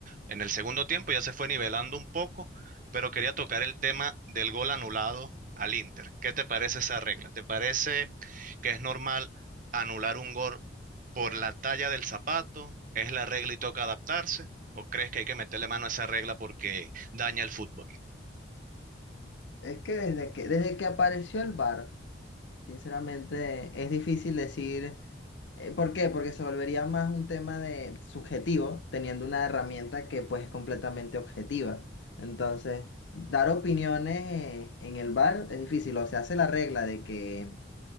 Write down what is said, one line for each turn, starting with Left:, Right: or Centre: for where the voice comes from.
Right: En el segundo tiempo ya se fue nivelando un poco, pero quería tocar el tema del gol anulado al Inter. ¿Qué te parece esa regla? ¿Te parece que es normal anular un gol por la talla del zapato? ¿Es la regla y toca adaptarse? ¿O crees que hay que meterle mano a esa regla porque daña el fútbol?
Left: Es que desde que, desde que apareció el VAR, sinceramente, es difícil decir. eh, ¿Por qué? Porque se volvería más un tema de subjetivo, teniendo una herramienta que pues es completamente objetiva. Entonces, dar opiniones eh, en el VAR es difícil. O se hace la regla de que